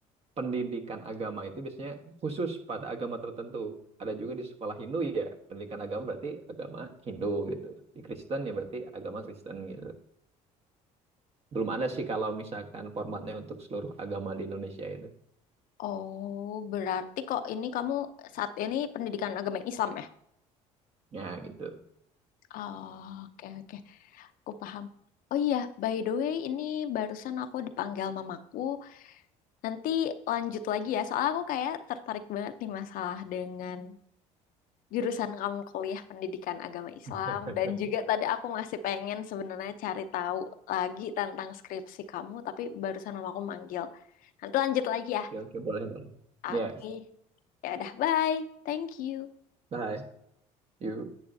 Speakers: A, on the right; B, on the left.
A: pendidikan agama itu biasanya khusus pada agama tertentu. Ada juga di sekolah Hindu ya, pendidikan agama berarti agama Hindu gitu. Di Kristen ya berarti agama Kristen gitu. Belum ada sih kalau misalkan formatnya untuk seluruh agama di Indonesia itu.
B: Oh, berarti kok ini kamu saat ini pendidikan agama yang Islam ya?
A: Ya gitu.
B: Oh, oke oke, aku paham. Oh iya, by the way, ini barusan aku dipanggil mamaku. Nanti lanjut lagi ya, soalnya aku kayak tertarik banget nih masalah dengan jurusan kamu kuliah pendidikan agama Islam
A: <laughs>
B: dan juga tadi aku masih pengen sebenarnya cari tahu lagi tentang skripsi kamu, tapi barusan mamaku manggil. Nanti lanjut lagi ya.
A: Ya, oke boleh. Bang.
B: Oke.
A: Ya,
B: Ya udah, bye. Thank you.
A: bye. you